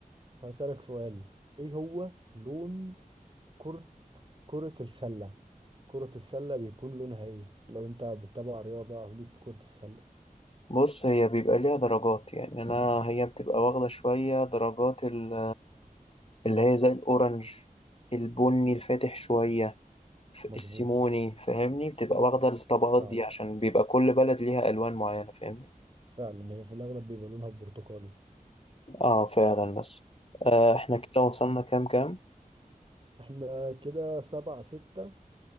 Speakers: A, on the right; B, on the left.
A: هسألك سؤال إيه هو لون كرة كرة السلة كرة السلة بيكون لونها ايه لو انت بتتابع رياضة او ليك في كرة السلة
B: بص هي بيبقى ليها درجات يعني أنا هي بتبقى واخدة شوية درجات ال اللي هي زي الأورنج البني الفاتح شوية ف-
A: مظبوط
B: السيموني فاهمني بتبقى واخدة الطبقات
A: فعلا
B: دي عشان بيبقى كل بلد ليها ألوان معينة فاهمني
A: فعلا هي في الاغلب بيبقى لونها برتقالي
B: اه فعلا بس آه احنا كده وصلنا كام كام
A: احنا كده سبعة ستة